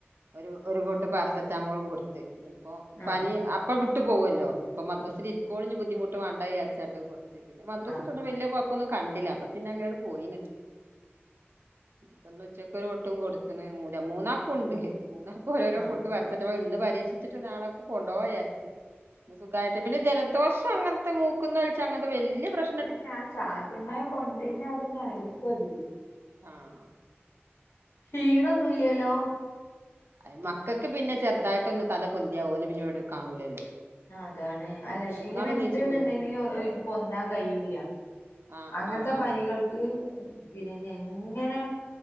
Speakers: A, on the right (about 65°); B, on the left (about 85°).
A: ഒരു ഒരു പൊട്ട് പാരസെറ്റാമോളും കൊട്ത്ത് ഇഞ് ഇപ്പോ
B: ആ
A: പനി അപ്പ വിട്ടു പോവോല്ലോ ഇപ്പ മദ്രസിലിരിക്കോളം
B: ഉം
A: ഇനി ബുദ്ധിമുട്ട് വാണ്ട വിചാരിച്ചാട്ട് അയ് കൊടു പിന്നെ മദ്രസത്തൊന്നും
B: ആ
A: വല്ല്യ കുഴപ്പൊന്നും കണ്ടില്ല അപ്പ പിന്ന അങ്ങനെ അങ്ങ്ട് പോയിന്ന് ഇപ്പൊന്ന് ഉച്ചക്കൊരു കൂട്ടും കൊട്ത്ത്ണ് മൂല മൂന്നാക്കുണ്ട് മൂന്നാ ഓരോരോ
B: ആ
A: പൊട്ട് പാരസെറ്റാമോൾ ഇന്ന് പരീക്ഷിച്ചിട്ട് നാളെ കൊണ്ടോവായാര്ച്ച് ഇത് സുഖായിട്ട് പിന്നെ ജലദോഷം അങ്ങത്തെ മൂക്ക്ന്നൊല്ച്ചാ അങ്ങത്തെ വെല്ല്യ പ്രശ്
B: അതന്നെ ആ ചാറ്റൽ മഴ കൊണ്ടേൻ്റെ അതന്നെ ആയിരിക്കും അത്
A: ആഹ്
B: ക്ഷീണൊന്നുല്ല്യല്ലോ
A: ആഹ് മക്കക്ക് പിന്നെ ചെറ്തായിട്ടൊന്ന് തല പൊന്തിയാ ഓലെ പിന്നെ ഇവടെ കാണൂലല്ലോ
B: ആഹ് അതാണ് അല്ല ക്ഷീണം
A: മൂന്നാളും
B: ഇണ്ട്ന്ന്ണ്ടെങ്കില്
A: നീച്ചു പോയിണ്
B: ഓ ഒൽക്ക് പൊന്താൻ കയ്യൂല
A: ആഹ്
B: അങ്ങൻത്തെ
A: ആഹ് ആഹ്
B: പനികൾക്ക് പിന്നെ ഇനിയെങ്ങനെ